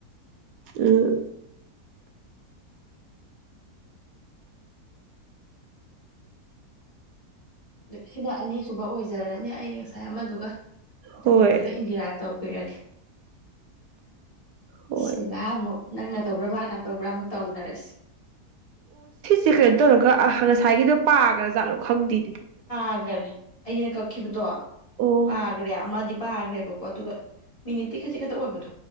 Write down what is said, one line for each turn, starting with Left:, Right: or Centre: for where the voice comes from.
Right: ꯎꯝ
Left: ꯁꯤꯅ ꯑꯅꯤꯁꯨꯕ ꯑꯣꯏꯖꯔꯅꯤ ꯑꯩ ꯉꯁꯥꯏ ꯑꯃꯗꯨꯒ ꯑꯗꯨ
Right: ꯍꯣꯏ
Left: ꯂꯣꯏꯔꯒ ꯏꯟꯗꯤꯔꯥ ꯇꯧ ꯄꯤꯔꯛꯒꯦ
Right: ꯍꯣꯏ
Left: ꯁꯤꯂꯥ ꯑꯃꯨꯛ ꯅꯪꯅ ꯇꯧꯕ꯭ꯔꯥ ꯃꯥꯅ ꯇꯧꯕ꯭ꯔꯥ ꯑꯃꯨꯛ ꯇꯧꯅꯔꯁꯤ
Right: ꯁꯤ ꯀꯩꯅꯣ ꯇꯧꯔꯒ ꯉꯁꯥꯏꯒꯤꯗꯣ ꯄꯥꯒ꯭ꯔꯥ ꯖꯥꯠꯂꯣ ꯈꯪꯗꯦ
Left: ꯑꯒꯔꯦ ꯑꯩꯅ ꯀꯛꯈꯤꯕꯗꯣ
Right: ꯑꯣ
Left: ꯑꯒ꯭ꯔꯦ ꯑꯃꯃꯗꯤ ꯄꯥꯈ꯭ꯔꯦꯕꯀꯣ ꯑꯗꯨꯒ ꯃꯤꯅꯤꯠꯇꯤ ꯈꯖꯤꯛ ꯈꯛꯇ ꯑꯣꯏꯕꯗꯣ